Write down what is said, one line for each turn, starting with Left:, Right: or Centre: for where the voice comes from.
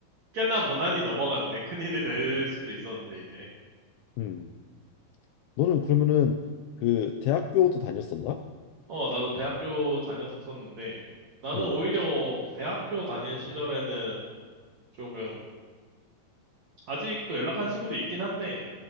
Right: 꽤나 무난히 넘어갔네. 큰일이 될
Left: 음.
Right: 수도 있었는데, 이제.
Left: 음. 너는 그러면은 그 대학교도 다녔었나?
Right: 어, 나도 대학교 다녔었는데, 나는
Left: 응.
Right: 오히려 대학교 다닐 시절에는 조금, 아직도 연락한 친구도 있긴 한데,